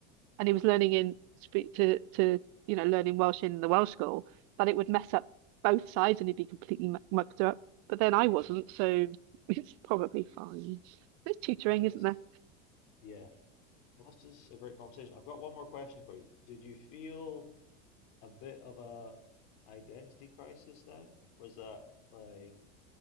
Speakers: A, on the right (about 50°); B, on the left (about 60°).
A: and he was learning in speak to to you know learning Welsh in the Welsh school that it would mess up both sides and he'd be completely mu- mucked up. But then I
B: Yeah,
A: wasn't, so <laughs> it's probably fine. There's tutoring,
B: I guess
A: isn't there?
B: yeah. Well, this is a great conversation. I've got one more question for you. Did you feel a bit of a identity crisis then? Was that like,